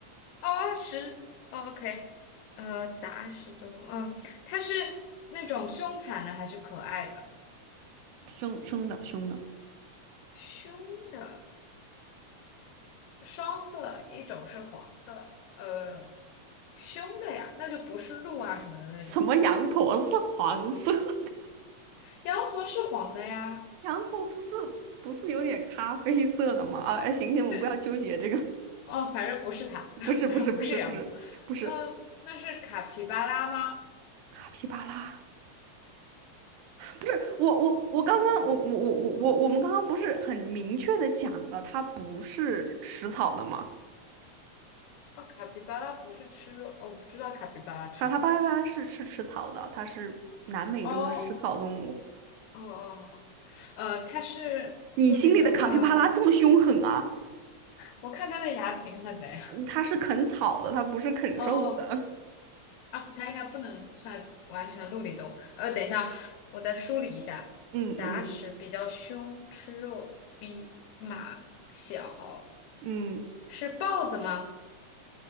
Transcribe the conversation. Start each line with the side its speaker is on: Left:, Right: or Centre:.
Left: 哦，食哦，OK，呃，杂食动物，嗯，它是那种凶残的还是可爱的？
Right: 凶凶的凶的，
Left: 凶的，双色，一种是黄色，呃，凶的呀，那就不是鹿啊什么的那种。
Right: 什么羊驼是黄色？<laughs>
Left: 羊驼是黄的呀，
Right: 羊驼不是不是有点咖啡色的吗？啊，哎，行行，我们不要纠结这个，
Left: 对，哦，反正不是它，
Right: <laughs>
Left: <laughs>
Right: 不是不是不是不是不是
Left: 反正不是羊驼，嗯，那是卡皮巴拉吗？
Right: 卡皮巴拉，不是我我我刚刚我我我我我我们刚刚不是很明确的讲了，它不是食草的吗？
Left: 哦，卡皮巴拉不是吃肉，哦，我不知道卡皮巴拉吃什么。
Right: 卡拉巴拉是是吃草的，它是南美洲的食草动物。
Left: 哦，哦哦哦，呃，它是陆地动物，
Right: 你心里的卡皮巴拉这么凶狠啊？
Left: 嗯、我看它的牙挺狠的呀。
Right: 嗯它是啃草的，它不是啃肉的。
Left: 哦，而且它应该不能算完全陆地动物。呃，等一下，我再梳理一下。
Right: <laughs> 嗯嗯嗯。
Left: 杂食比较凶，吃肉比马小，
Right: 嗯
Left: 是豹子吗？